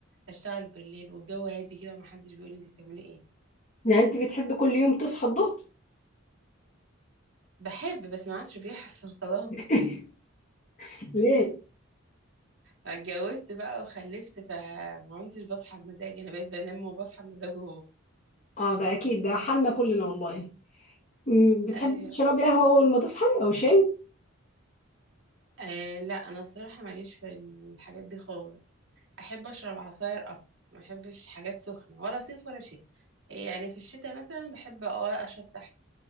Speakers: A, on the right (about 60°); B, on the left (about 35°).
A: اشتغل بالليل والجو هادي كده ومحدش بيقول لي انت بتعملي ايه
B: يعني انت بتحبي كل يوم تصحى الظهر
A: بحب بس ما عادش بيحصل <laughs> خلاص
B: <laughs> ليه
A: اتجوزت بقى وخلفت فما عدتش بصحى بمزاجي انا بقيت بنام وبصحى بمزاجه هو
B: اه ده اكيد ده حالنا كلنا والله مم، بتحبي
A: ايوه
B: تشربي قهوة أول ما تصحي أو شاي؟
A: آه لا انا الصراحه ماليش في الحاجات دي خالص احب اشرب عصاير اكتر ما احبش حاجات سخنه ولا صيف ولا شتاء يعني في الشتاء مثلا بحب اه اشرب سحر